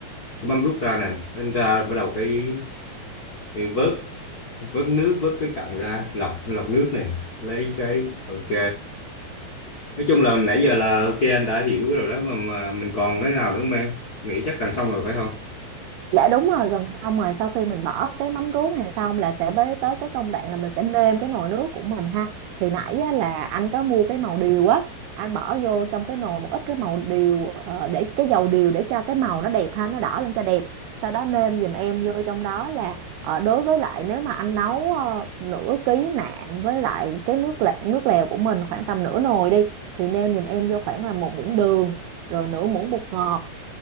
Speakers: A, on the left; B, on the right.
A: cái mâm đút ra này đánh ra bắt đầu cái, cái vớt vớt nước vớt cái cặn ra lọc lọc nước này lấy cái ok nói chung là nãy giờ là ok anh đã hiểu rồi đó mà, mà mình còn cái nào nữa không em nghĩ chắc gần xong rồi phải không
B: Dạ đúng rồi, gần xong rồi sau khi mình bỏ cái mắm ruốc này xong là sẽ bế tới cái công đoạn là mình sẽ nêm cái nồi nước của mình ha. Thì nãy á, là anh có mua cái màu điều á, anh bỏ vô trong cái nồi một ít cái màu điều ờ, để cái dầu điều để cho cái màu nó đẹp ha, nó đỏ lên cho đẹp. Sau đó nêm giùm em vô trong đó là ờ, đối với lại nếu mà anh nấu ờ, nửa ký nạm với lại cái nước lè, nước lèo của mình khoảng tầm nửa nồi đi thì nêm giùm em vô khoảng là một muỗng đường rồi nửa muỗng bột ngọt